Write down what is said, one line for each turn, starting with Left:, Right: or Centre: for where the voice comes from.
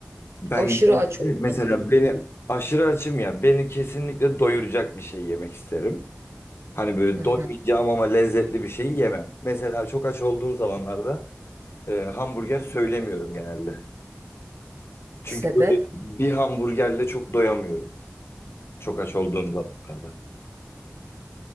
Left: Ben
Right: Aşırı aç
Left: mesela
Right: oluyorum.
Left: beni aşırı açım ya beni kesinlikle doyuracak bir şey yemek isterim. Hani böyle
Right: Hı hı.
Left: doymayacağım ama lezzetli bir şey yemem. Mesela çok aç olduğum zamanlarda e, hamburger söylemiyorum genelde. Çünkü
Right: Sebep?
Left: böyle bir hamburgerle çok doyamıyorum. Çok aç olduğum zamanlarda.